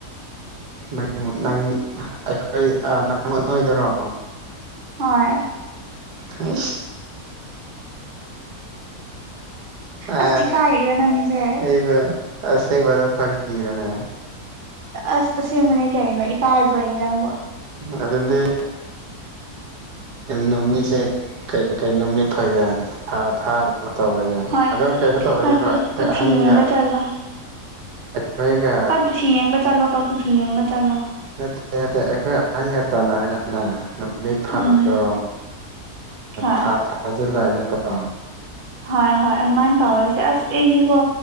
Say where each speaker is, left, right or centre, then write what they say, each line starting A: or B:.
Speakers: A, on the right (about 80°); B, on the right (about 35°).
A: ꯅꯪ ꯅꯪ ꯑꯩꯈꯣꯏ ꯅꯪ ꯅꯣꯏꯗꯔꯣ
B: ꯍꯣꯏ
A: ꯍ ꯑ
B: ꯑꯁ ꯏꯀꯥꯏꯔꯤꯔꯣ ꯅꯪꯒꯤꯁꯦ
A: ꯑꯩꯕꯨ ꯔꯦ ꯐꯒꯤꯔꯅꯦ
B: ꯑꯁ ꯑꯁꯦꯡꯕꯅꯦ ꯀꯅꯣ ꯏꯀꯥꯏꯗꯅꯦ ꯅꯪꯕꯨ
A: ꯑꯗꯤ ꯅꯨꯃꯤꯠꯁꯦ ꯀꯩꯀꯩ ꯅꯨꯃꯤꯠ ꯐꯒꯦ ꯊꯥ ꯊꯥꯅ ꯇꯧꯔꯒꯦ
B: ꯍꯣꯏ
A: ꯑꯗꯨ ꯀꯩꯅꯣ ꯇꯧꯔꯒꯦꯀꯣ
B: ꯍꯣꯏ
A: ꯑꯩꯈꯣꯏ
B: ꯀꯨꯊꯤ
A: ꯑꯍꯟꯒ
B: ꯌꯦꯡꯕ ꯆꯠꯂꯣ
A: ꯀꯩꯒ
B: ꯍꯣꯏ ꯀꯨꯊꯤ ꯌꯦꯡꯕ ꯆꯠꯂꯣꯕ ꯀꯨꯊꯤ ꯌꯦꯡꯕ ꯆꯠꯂꯣ
A: ꯅ ꯍꯪ ꯇ ꯅꯔꯅ ꯃꯤ ꯐꯕꯗꯣ
B: ꯎꯝ ꯍꯣꯏ
A: ꯊꯥ ꯊꯥꯖꯤꯜꯂꯛꯑꯒꯦꯀꯣ
B: ꯍꯣꯏ ꯍꯣꯏ ꯑꯗꯨꯃꯥꯏꯅ ꯇꯧꯔꯁꯦ ꯑꯁ ꯑꯩꯁꯤꯕꯣ